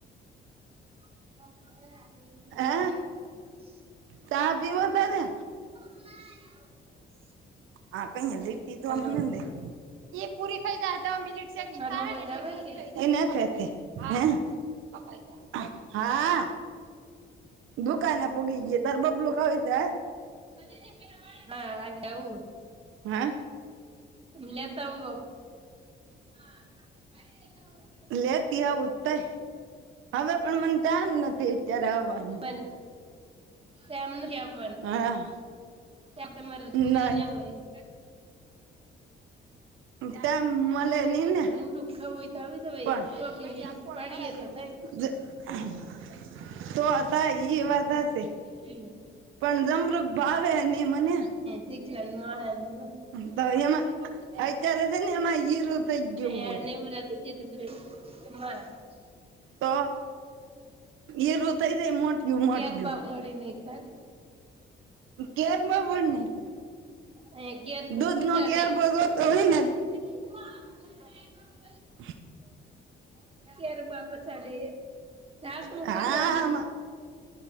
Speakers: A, on the right (about 30°); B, on the right (about 90°).
A: <inaudible>
B: હે ચા
A: <inaudible>
B: પીવો તારે હા કઈ લટી તોવામનેે
A: હલો
B: <inaudible> એ પૂરી થઈ જાય તો મિનિટ સેકડ
A: મારો
B: થાય
A: અવાજ
B: ને એટલે
A: આવે
B: પૂરું
A: છે.
B: થઈ જાય હા ઓ ભાઈ હા. દુકાને પુગી ગયુ તારે બબલું ખાવુ હોય તો આ
A: <inaudible> હા <inaudible> આવું
B: હા.
A: લેતા આવો. હા <inaudible>
B: લેતી આવું તઈ હવે પણ મને તાઈમ નથી અત્યારે આવવાનું
A: પણ <inaudible>
B: હા.
A: ત્યાં તમારે લય
B: નહી
A: લેવાઈ
B: <inaudible> મલે ની ને
A: નમરું ખાવું હોય તો આવી જવાય
B: પણ
A: કોકની
B: એ પછી
A: લૂટ
B: આપ ફોન
A: પાડીએ
B: કરાવે
A: તો થાય.
B: <inaudible> તો હતા એ વાત હશે
A: હમ.
B: પણ જમરુક ભાવે નહી મને
A: શકલન મળન <inaudible>
B: તો એમાં અત્યારે છે ને એમાં હીરું થઇ ગયુ
A: અયા
B: હોય.
A: નેવરાતી જે <inaudible>
B: તો હીરુ થઈ જાય મોટયું મોટયું
A: ગેરબા ફોડી નાયખા
B: કેર બોને છે
A: અયા ગેરબા
B: દૂધનો
A: પસાડે.
B: કેર ભરો તો ઈ
A: <inaudible>
B: હ <inaudible> હ
A: ગેરબા પસાડે. ઢાંકણું
B: હા
A: પડ્યું આમ જો
B: <inaudible> <inaudible>